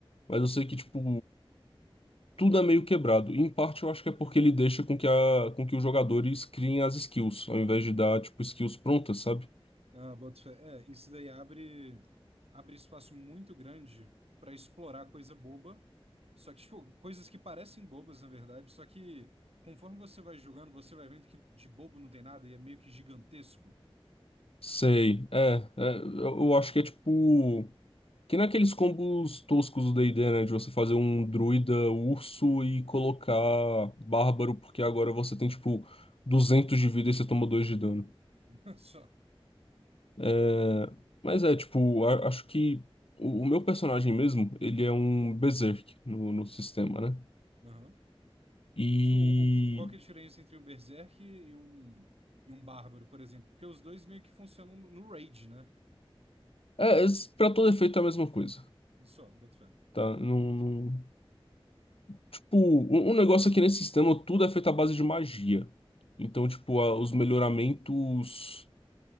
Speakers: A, on the left (about 70°); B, on the right (about 80°).
A: Mas eu sei que, tipo. tudo é meio quebrado. E, em parte eu acho que é porque ele deixa com que, a, com que os jogadores criem as skills, ao invés de dar, tipo, skills prontas, sabe?
B: Ah, boto fé. É, isso daí abre, abre espaço muito grande para explorar coisa boba. Só que, tipo, coisas que parecem bobas, na verdade. Só que conforme você vai jogando, você vai vendo que de bobo não tem nada e é meio que gigantesco.
A: Sei, é, é, eu eu acho que é tipo. Que nem aqueles combos toscos do D&D, né? De você fazer um druida urso e colocar bárbaro, porque agora você tem, tipo, 200 de vida e você toma 2 de dano.
B: <laughs> Só.
A: É, mas é, tipo, a- acho que o, o meu personagem mesmo, ele é um berserk no, no sistema, né?
B: Aham.
A: E
B: Tipo, um- um- qual que é a diferença entre um Berserk e um, e um Bárbaro, por exemplo? Porque os dois meio que funcionam no no raid, né?
A: É, es- pra todo efeito é a mesma coisa,
B: Só, boto fé.
A: tá? Não, não- tipo, um, um negócio aqui nesse sistema, tudo é feito à base de magia. Então, tipo, a- os melhoramentos